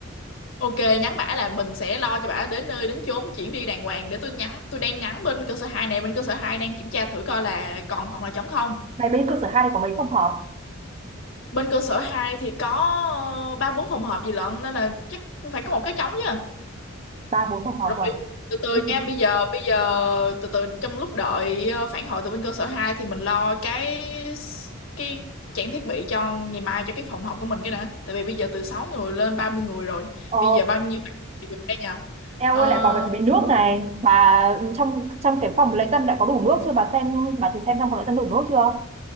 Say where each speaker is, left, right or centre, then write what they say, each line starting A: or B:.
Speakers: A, on the left; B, on the right.
A: Ok, nhắn bả là mình sẽ lo cho bả đến nơi đến chốn chuyển đi đàng hoàng để tôi nhắn. Tôi đang nhắn bên cơ sở 2 này, bên cơ sở 2 đang kiểm tra thử coi là còn phòng nào trống không.
B: này bên cơ sở hai này có mấy phòng họp
A: Bên cơ sở 2 thì có ờ, ba bốn phòng họp gì lận nên là chắc cũng phải có một cái trống chứ.
B: ba bốn phòng họp
A: Rồi
B: rồi
A: từ từ
B: thế
A: nha,
B: thì
A: bây giờ bây giờ từ từ trong lúc đợi ờ, phản hồi từ bên cơ sở 2 thì mình lo cái cái trang thiết bị cho ngày mai cho cái phòng họp của mình cái đã. Tại vì bây giờ từ 6 người lên 30 người rồi.
B: Ờ,
A: Bây giờ bao nhiêu bạn thì được đây nhờ?
B: eo
A: Ờ,
B: ơi lại còn phải chuẩn bị nước này bà trong trong cái phòng lễ tân đã có đủ nước chưa bà xem bà thử xem trong phòng lễ tân đủ nước chưa